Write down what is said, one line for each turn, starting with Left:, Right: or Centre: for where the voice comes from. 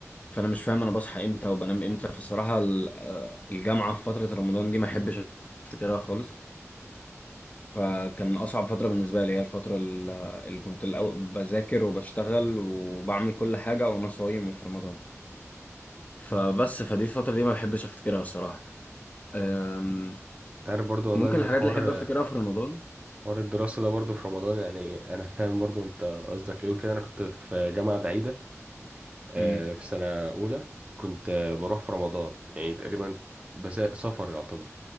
Left: فانا مش فاهم انا بصحى امتى وبنام امتى فالصراحه ال- آه، الجامعه في فتره رمضان دي ما احبش افتكرها خالص فكان اصعب فتره بالنسبه لي هي الفتره ال- اللي كنت الأول بذاكر وبشتغل وبعمل كل حاجه وانا صايم وفي رمضان فبس فدي الفتره دي ما بحبش افتكرها الصراحه أم،
Right: انت عارف برضو والله
Left: ممكن
Right: ان
Left: الحاجات
Right: حوار
Left: اللي احب افتكرها في رمضان
Right: حوار الدراسة ده برضو في رمضان يعني انا فاهم برضو انت قصدك ايه وكده انا كنت في جامعة بعيدة آه،
Left: امم
Right: في سنة اولى كنت آه، بروح في رمضان يعني تقريبا بس سفر يعتبر